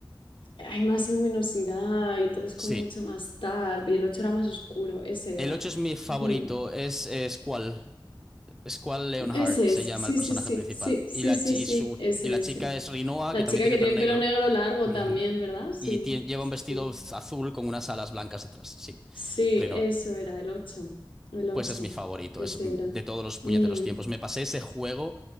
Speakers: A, on the left; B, in the centre.
A: hay más luminosidad y todo es
B: Sí.
A: como mucho más tal. Y el 8 era más oscuro, ese
B: El
A: era.
B: 8 es mi favorito,
A: Ujú.
B: es, es cuál. Squall Leonhart
A: Ese
B: se
A: es,
B: llama
A: sí,
B: el personaje
A: sí, sí,
B: principal.
A: sí, sí,
B: Y la,
A: sí,
B: chi-
A: sí,
B: y su,
A: ese
B: y la
A: es.
B: chica
A: sí.
B: es Rinoa,
A: La
B: que también
A: chica
B: tiene
A: que
B: el
A: tiene
B: pelo
A: el
B: negro.
A: pelo negro largo
B: Ujú.
A: también, ¿verdad? Sí,
B: Y tie- lleva
A: sí,
B: un vestido
A: sí.
B: z- azul con unas alas blancas detrás. Sí,
A: Sí,
B: Rinoa.
A: eso era, el ocho El ocho
B: Pues es mi favorito,
A: ese
B: es mm,
A: era.
B: de todos los puñeteros
A: Mm,
B: tiempos. Me pasé ese juego,